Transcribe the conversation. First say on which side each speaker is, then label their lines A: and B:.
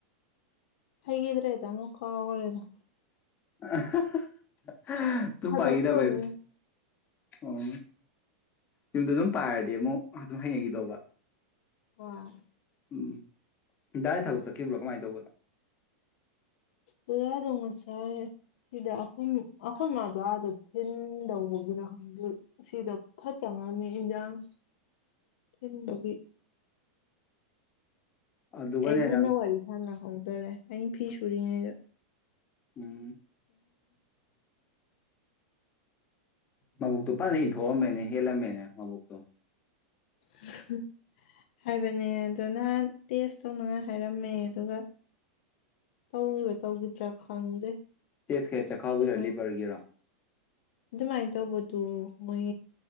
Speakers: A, on the left; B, on the left.
A: ꯍꯩꯒꯤꯗ꯭ꯔꯦꯗ ꯑꯃꯨꯛ ꯀꯥꯎꯒ꯭ꯔꯦꯗ
B: <unintelligible> ꯇꯨꯡ
A: ꯊꯥꯗꯣꯛꯈ꯭ꯔꯕꯅꯤ
B: ꯄꯏꯒꯤꯗꯕꯩ ꯑꯣ ꯌꯨꯝꯗ ꯑꯗꯨꯝ ꯄꯥꯔꯗꯤ ꯑꯃꯨꯛ ꯑꯗꯨꯝ ꯍꯩꯅꯒꯤꯗꯧꯕ
A: ꯍꯣꯏ
B: ꯎꯝ ꯗꯥꯗꯤ ꯊꯕꯛ ꯆꯠꯈꯤꯕ꯭ꯔꯣ ꯀꯃꯥꯏ ꯇꯧꯕꯅꯣ
A: ꯗꯗꯥꯗꯣ ꯉꯁꯥꯏ ꯁꯤꯗ ꯑꯈꯣꯏ ꯑꯈꯣꯏ ꯃꯥꯗꯣ ꯑꯥꯗ ꯊꯤꯟꯗꯧꯕꯒꯤꯗ ꯁꯤꯗ ꯐꯠ ꯆꯉꯝꯃꯤ ꯏꯟꯖꯥꯡ ꯊꯤꯟꯕꯒꯤ
B: ꯑꯗꯨꯒꯅꯦ
A: ꯑꯩ ꯃꯨꯟꯅ
B: ꯅꯪ
A: ꯋꯥꯔꯤ ꯁꯥꯟꯅꯍꯧꯗꯔꯦ ꯑꯩ ꯐꯤꯁꯨꯔꯤꯉꯩꯗ
B: ꯎꯝ ꯃꯕꯨꯛꯇꯨ ꯐꯅ ꯏꯟꯊꯣꯛꯑꯝꯃꯦꯅꯦ ꯍꯦꯜꯂꯝꯃꯦꯅꯦ ꯃꯕꯨꯛꯇꯣ
A: ꯍ ꯍ ꯍꯥꯏꯕꯅꯦ ꯑꯗꯨ ꯅꯍꯥꯟ ꯇꯦꯁ ꯇꯧꯅꯉꯥꯏ ꯍꯥꯏꯔꯝꯃꯦ ꯑꯗꯨꯒ ꯇꯧꯈꯤꯕ ꯇꯧꯈꯤꯗ꯭ꯔꯥ ꯈꯪꯗꯦ
B: ꯇꯦꯁ ꯁꯦ ꯆꯈꯥꯎꯒꯤꯔꯥ
A: ꯑꯗꯨꯃꯥꯏ
B: ꯂꯤꯚꯔꯒꯤꯔ
A: ꯑꯗꯨꯃꯥꯏꯅ ꯇꯧꯕꯗꯨ ꯃꯣꯏ